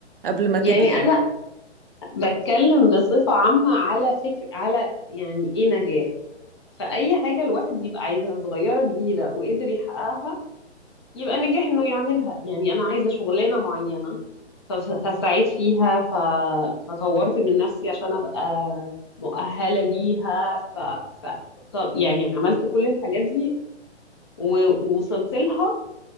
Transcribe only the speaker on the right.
قبل ما تجري
يعني